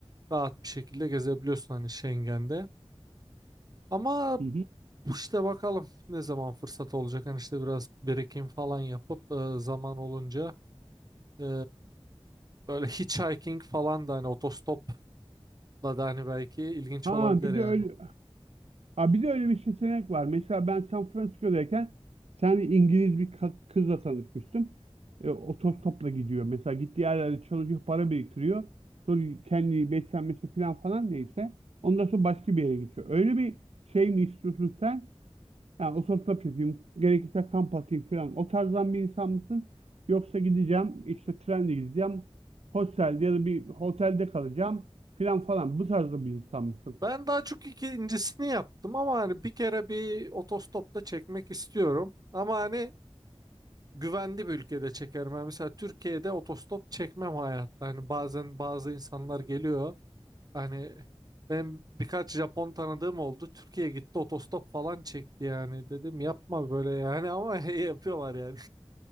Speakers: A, on the right; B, on the right.
A: Rahat bir şekilde gezebiliyorsun hani Schengen'de. Ama
B: Hı hı.
A: işte bakalım ne zaman fırsat olacak. Hani işte biraz birikim falan yapıp e, zaman olunca e, böyle hitchhiking falan da hani otostopla da hani belki ilginç
B: Ha
A: olabilir
B: bir
A: yani.
B: de öyle, Ha bir de öyle bir seçenek var. Mesela ben San Francisco'dayken bir tane İngiliz bir ka- kızla tanışmıştım. E, otostopla gidiyor. Mesela gittiği yerlerde çalışıyor, para biriktiriyor. Sonra kendi beslenmesi falan falan neyse. Ondan sonra başka bir yere gidiyor. Öyle bir şey mi istiyorsun sen? Yani otostop yapayım, gerekirse kamp atayım falan. O tarzdan bir insan mısın? Yoksa gideceğim, işte trenle gideceğim, hostelde ya da bir otelde kalacağım falan falan. Bu tarzda bir insan mısın?
A: Ben daha çok ikincisini yaptım ama hani bir kere bir otostopta çekmek istiyorum. Ama hani güvenli bir ülkede çekerim. Yani mesela Türkiye'de otostop çekmem hayatta. Hani bazen bazı insanlar geliyor. Hani ben birkaç Japon tanıdığım oldu. Türkiye'ye gitti otostop falan çekti yani. Dedim yapma böyle yani ama <laughs> yapıyorlar yani.